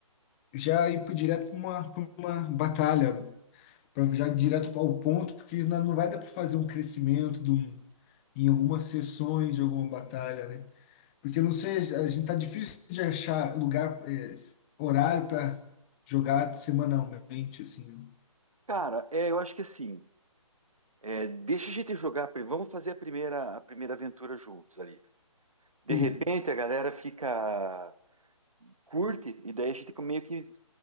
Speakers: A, on the left; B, on the right.
A: já ir pro- direto para uma, pra uma batalha para já ir direto ao ponto, porque na- não vai dar para fazer um crescimento de um- em algumas sessões de alguma batalha, né? Porque eu não sei, a gente tá difícil de achar lugar, eh, horário para jogar semanalmente, assim. né?
B: Cara, é, eu acho que assim, é, deixa a gente jogar, pri- vamos fazer a primeira, a primeira aventura juntos ali. De
A: E
B: repente a galera fica curte, e daí a gente meio que